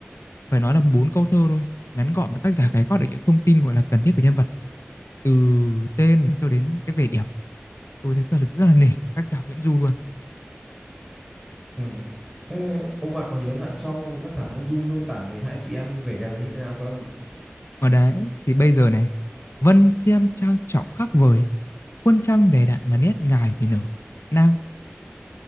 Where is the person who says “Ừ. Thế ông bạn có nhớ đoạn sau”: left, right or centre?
Centre